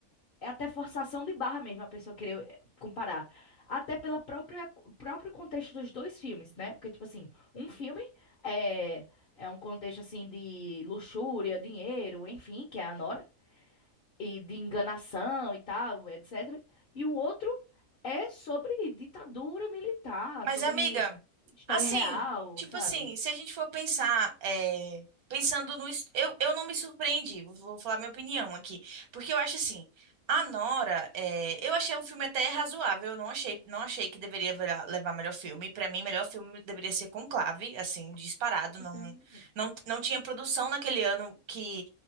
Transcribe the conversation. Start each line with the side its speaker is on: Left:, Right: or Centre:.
Left: é até forçação de barra mesmo a pessoa querer eh, comparar. Até pela própria próprio contexto dos dois filmes, né? Porque, tipo assim, um filme é, é um contexto, assim, de luxúria, dinheiro, enfim, que é a Nora, e de enganação e tal, etc. E o outro é sobre ditadura militar,
Right: Mas,
Left: sobre
Right: amiga,
Left: história
Right: assim,
Left: real,
Right: tipo
Left: sabe?
Right: assim, se a gente for pensar, é, pensando no. es- Eu, eu não me surpreendi, vou vou falar minha opinião aqui. Porque eu acho assim, a Nora, é, eu achei um filme até razoável, eu não achei, não achei que deveria vera- levar melhor filme. Pra mim, melhor filme deveria ser Conclave, assim, disparado. Não,
Left: Hum.
Right: não, não tinha produção naquele ano que,